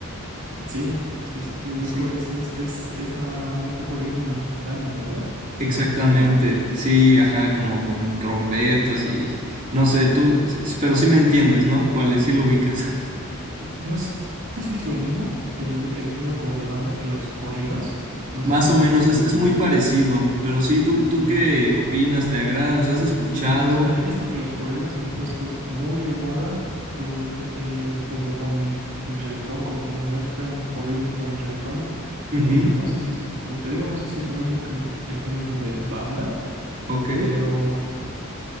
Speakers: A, on the right (about 65°); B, on the right (about 35°).
A: Sí, sí, sí, sí, ubico,
B: sí
A: es, es, es, es a un poco ritmo mexicano, ¿verdad? Si
B: Exactamente,
A: no me equivoco.
B: sí, ajá, como con trompetas y no sé, tú, s- pero sí me entiendes, ¿no? ¿Cuál es? Sí lo ubicas. <laughs>
A: N- No s- sé si es lo mismo el, el género como de banda que los corridos, no
B: Más
A: sé si es,
B: o menos,
A: es lo
B: es,
A: mismo.
B: es muy parecido, pero sí, ¿tú, tú
A: Sí.
B: qué opinas? ¿Te agradan? ¿Los has escuchado?
A: Y, o sea, he visto que los corridos se han puesto muy de moda eh, eh, junto con el reggaetón, como que los mezclan corridos con reggaetón.
B: Ujú,
A: Eh, no sé si es, como te digo, no sé si es lo mismo que el género de banda,
B: Ok.
A: pero